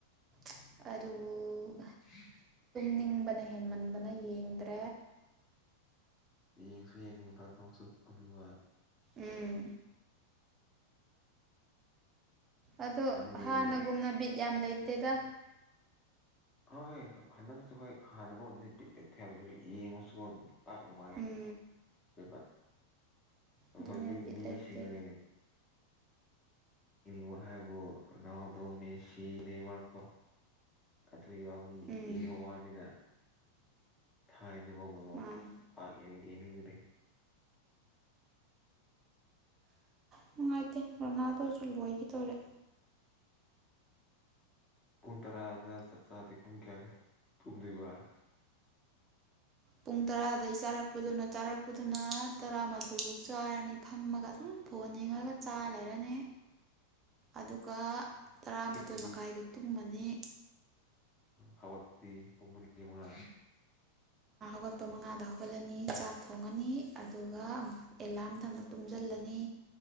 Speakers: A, on the right; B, on the left.
A: ꯑꯗꯨꯕꯨ
B: ꯍꯥꯝ
A: ꯅꯤꯡꯕꯅ ꯍꯦꯟꯃꯟꯕꯅ ꯌꯦꯡꯗ꯭ꯔꯦ
B: ꯌꯦꯡꯁꯨ ꯌꯦꯡꯅꯤꯡꯕ ꯑꯗꯨꯣꯡꯁꯨ ꯄꯨꯅꯤꯡꯕ
A: ꯎꯝ ꯑꯗꯣ
B: ꯅꯪꯗꯤ
A: ꯍꯥꯟꯅꯒꯨꯝꯅ ꯕꯤꯠ ꯌꯥꯝ ꯂꯩꯇꯦꯗ
B: ꯍꯣꯏꯣꯏ ꯍꯟꯗꯛꯁꯨ ꯍꯣꯏ ꯍꯥꯟꯅꯒꯠ ꯍꯥꯏꯕꯁꯨ ꯌꯦꯡꯉꯁꯨ ꯄꯥꯛ ꯅꯉꯥꯏ
A: ꯎꯝ
B: ꯆꯣꯏꯕ
A: ꯑꯗꯨꯅꯦ
B: ꯍꯖꯤꯛ
A: ꯕꯤꯠ
B: ꯃꯤ
A: ꯂꯩꯇꯦ
B: ꯁꯤꯁꯤꯡꯉ ꯏꯕ ꯍꯥꯏꯥꯏꯕꯕ ꯃꯦꯁꯤ ꯅꯦꯕꯔꯀꯣ ꯑꯗꯨ ꯎ ꯌꯥꯎꯕꯒꯤ
A: ꯎꯝ
B: ꯌꯦꯡꯕ ꯋꯥꯅꯤꯅ ꯊꯥꯏ ꯅꯒꯣ ꯉꯣ
A: ꯃꯥꯅꯦ
B: ꯄꯥꯛ ꯏꯅꯤꯡ ꯌꯦꯅꯤꯔꯦ
A: ꯅꯨꯡꯉꯥꯏꯇꯦ ꯔꯣꯅꯥꯜꯗꯣꯁꯨ ꯂꯣꯏꯈꯤꯗꯔꯦ
B: ꯄꯨꯡ ꯇꯔꯥꯗ ꯆꯥꯛ ꯆꯗꯤ ꯄꯨꯡ ꯀꯌꯥꯗ ꯀꯨꯝꯗꯣꯏꯕ <inaudible>
A: ꯄꯨꯡ ꯇꯔꯥꯗꯒꯤꯩ ꯆꯥꯔꯛꯄꯗꯨꯅ ꯆꯥꯔꯛꯄꯗꯨꯅ ꯇꯔꯥꯃꯥꯊꯣꯏꯐꯧ ꯆꯥꯔꯅꯤ ꯐꯝꯃꯒ ꯑꯗꯨꯝ ꯐꯣꯡꯅꯤ ꯐꯅꯤꯡꯉꯒ ꯆꯥ ꯂꯩꯔꯅꯤ
B: <inaudible>
A: ꯑꯗꯨꯒ ꯇꯔꯥꯃꯥꯊꯣꯏ
B: ꯍꯤꯞꯄꯗꯤ
A: ꯃꯈꯥꯏꯗ ꯇꯨꯝꯃꯅꯤ
B: ꯍꯧꯕꯠꯇꯤ ꯄꯨꯡ ꯃꯔꯤ ꯃꯉꯥ
A: ꯍꯧꯒꯠꯄ ꯃꯉꯥꯗ ꯍꯧꯒꯠꯂꯅꯤ ꯆꯥꯛ ꯊꯣꯡꯉꯅꯤ ꯑꯗꯨꯒ ꯑꯃꯨꯛ ꯑꯦꯂꯥꯝꯗꯪꯅ ꯇꯨꯝꯁꯤꯜꯂꯅꯤ